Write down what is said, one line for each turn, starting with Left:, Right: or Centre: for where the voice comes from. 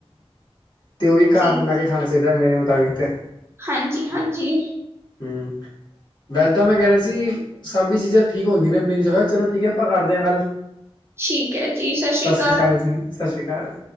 Left: ਤੇ ਓ ਵੀ ਘਰ
Right: ਜੀ,
Left: ਬਨਾ ਕੇ ਖਾਨਾ ਚਈਦੈ ਮੇਰੇ ਮੁਤਾਬਿਕ ਤੇ।
Right: ਹਾਂਜੀ-ਹਾਂਜੀ।
Left: ਹੂੰ, ਵੈਦਾਂ ਮੈਂ ਕੈ ਰਿਆ ਸੀ। ਸਬ ਈ ਚੀਜ਼ਾਂ ਠੀਕ ਹੁੰਦੀਆਂ ਨੇ ਆਪਨੀ ਜਗ੍ਹਾ ਚਲੋ ਠੀਕ ਐ ਆਪਾਂ ਕਰਦੇ ਆਂ ਗੱਲ।
Right: ਠੀਕ ਹੈ ਜੀ, ਸਤਿ ਸ਼੍ਰੀ
Left: ਸਸ
Right: ਅਕਾਲ।
Left: ਰੀ ਕਾਲ ਜੀ ਸਸ ਰੀ ਕਾਲ।